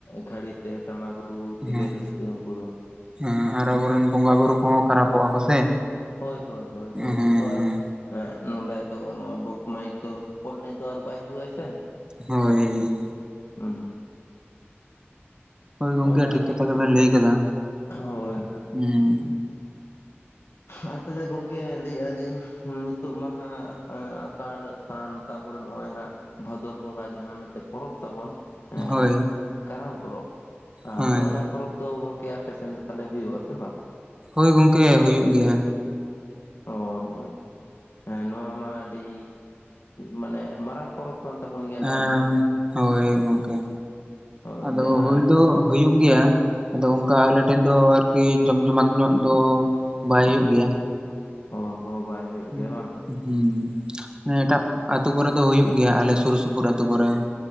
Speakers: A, on the left; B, on the right.
A: ᱜᱷᱟᱹᱲᱤ ᱛᱮ ᱴᱟᱢᱟᱠ ᱨᱩ ᱛᱮᱜᱮ
B: ᱦᱮᱸ
A: ᱨᱟᱹᱥᱠᱟᱹ ᱩᱱᱠᱩ ᱫᱚ᱾
B: ᱦᱮᱸ ᱟᱨ ᱟᱵᱚᱨᱮᱱ ᱵᱚᱸᱜᱟᱼᱵᱩᱨᱩ ᱠᱚᱦᱚᱸ ᱠᱷᱟᱨᱟᱯᱚᱜᱼᱟ ᱠᱚ ᱥᱮ᱾
A: ᱦᱳᱭ, ᱦᱳᱭ, ᱦᱳᱭ, ᱩᱱᱠᱩ
B: ᱦᱮᱸ
A: ᱛᱚ ᱟᱨ ᱮᱸ ᱱᱚᱰᱮᱭ ᱫᱚ ᱱᱚᱣᱟ ᱵᱚᱠᱥ ᱢᱟᱭᱤᱠ ᱫᱚ ᱪᱷᱚᱯᱚᱞ ᱮᱱᱮᱡ ᱫᱚ ᱟᱨ ᱵᱟᱭ ᱦᱤᱡᱩᱜᱼᱟᱭ ᱥᱮ᱾
B: ᱦᱳᱭ᱾
A: ᱩᱸ᱾
B: ᱦᱳᱭ ᱜᱚᱝᱠᱮ
A: ᱚᱱᱟ
B: ᱴᱷᱤᱠ
A: ᱤᱫᱤ
B: ᱠᱟᱛᱷᱟ
A: ᱠᱟᱛᱮᱜ
B: ᱜᱮᱵᱮᱱ ᱞᱟᱹᱭ ᱠᱟᱫᱟ,
A: ᱦᱳᱭ ᱦᱳᱭ
B: ᱦᱩᱸ᱾
A: ᱦᱟᱸᱼᱟᱭ ᱛᱟᱞᱮ ᱜᱚᱝᱠᱮ ᱞᱟᱹᱭᱼᱮ ᱟᱹᱞᱤᱧ ᱱᱤᱛᱳᱜ ᱢᱟ ᱦᱟᱜ ᱟᱸ ᱟᱥᱟᱲ ᱥᱟᱱ ᱛᱟᱯᱚᱨᱮ ᱱᱚᱜᱼᱚᱭ ᱦᱟᱸᱜ ᱵᱷᱟᱫᱚᱨ ᱵᱚᱸᱜᱟ ᱡᱟᱦᱟᱸ ᱢᱮᱴᱮᱜ ᱯᱚᱨᱚᱵᱽ ᱛᱟᱵᱚᱱ ᱮᱸ
B: ᱦᱳᱭ᱾
A: ᱠᱟᱨᱟᱢ ᱯᱚᱨᱚᱵᱽ, ᱟᱸ
B: ᱦᱳᱭ
A: ᱱᱚᱜᱼᱚ ᱱᱟ ᱯᱚᱨᱚᱵᱽ ᱫᱚ ᱜᱚᱢᱠᱮ ᱟᱯᱮ ᱥᱮᱱ ᱫᱚ ᱛᱟᱦᱚᱞᱮ ᱦᱩᱭᱩᱜ ᱟᱥᱮ ᱵᱟᱝ?
B: ᱦᱳᱭ ᱜᱚᱢᱠᱮ, ᱦᱩᱭᱩᱜ ᱜᱮᱭᱟ᱾
A: ᱚ ᱦᱳᱭᱸ ᱦᱮᱸ ᱱᱚᱣᱟ ᱢᱟ ᱟᱹᱰᱤ ᱢᱟᱱᱮ ᱢᱟᱨᱟᱝ ᱯᱚᱨᱚᱵᱽ ᱠᱟᱱ ᱛᱟᱵᱚᱱ ᱜᱮᱭᱟ ᱱᱚᱣᱟ
B: ᱮᱸ
A: ᱦᱚᱸ
B: ᱦᱳᱭ ᱜᱚᱝᱠᱮ᱾
A: ᱦᱳᱭ
B: ᱟᱫᱚ
A: ᱡᱟᱦᱟᱸ
B: ᱦᱳᱭ ᱫᱚ ᱦᱩᱭᱩᱜ ᱜᱮᱭᱟ᱾ ᱟᱫᱚ ᱚᱝᱠᱟ ᱟᱞᱮ ᱴᱷᱮᱱ ᱫᱚ ᱟᱨᱠᱤ ᱡᱚᱢᱡᱚᱢᱟᱴ ᱧᱚᱜ ᱫᱚ ᱵᱟᱭ ᱦᱩᱭᱩᱜ ᱜᱮᱭᱟ᱾
A: ᱚ ᱦᱚ ᱵᱟᱭ ᱦᱩᱭᱩᱜ
B: ᱦᱩᱸ
A: ᱜᱮᱭᱟ ᱵᱟᱝ
B: ᱦᱩᱸ ᱮᱴᱟᱜ ᱟᱛᱳ ᱠᱚᱨᱮ ᱫᱚ ᱦᱩᱭᱩᱜ ᱜᱮᱭᱟ, ᱟᱞᱮ ᱥᱳᱨ ᱥᱩᱯᱩᱨ ᱟᱛᱳ ᱠᱚᱨᱮ᱾